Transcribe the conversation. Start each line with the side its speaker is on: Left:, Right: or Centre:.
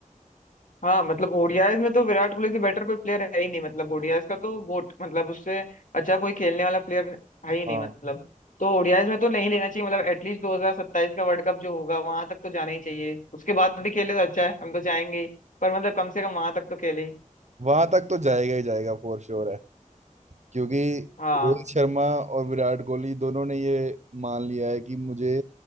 Left: हाँ मतलब ओडीआईज में तो विराट कोहली से बेटर कोई प्लेयर है ही नहीं मतलब ओडीआईज का तो गोट मतलब उससे अच्छा कोई खेलने वाला प्लेयर है ही नहीं
Right: हाँ
Left: मतलब तो ओडीआईज में तो नहीं लेना चाहिए मतलब एटलीस्ट 2027 का वर्ल्ड कप जो होगा वहां तक तो जाना ही चाहिए उसके बाद भी खेले तो अच्छा है हम तो चाहेंगे ही पर मतलब कम से कम वहां तक तो खेले ही
Right: वहां तक तो जाएगा ही जाएगा फॉर श्योर है क्योंकि
Left: हाँ
Right: रोहित शर्मा और विराट कोहली दोनों ने ये मान लिया है कि मुझे